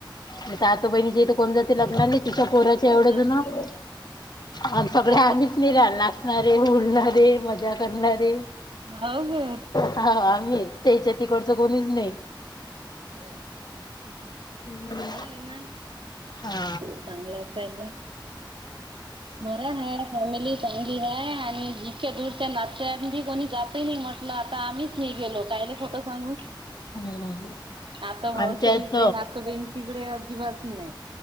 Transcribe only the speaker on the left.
म्हणे आत बहिणी च्या इथं कोण जात. लग्नाली तिच्या पोराचे
एवढ्या
जण
सगळे
आम्हीच नाही राहणार. हसणारे बोलणारे मजा करणारे.
हा आम्ही तेच्या तिकडचं कोणीच नाही.
नाही
हा
हम्म
आमच्या
इथ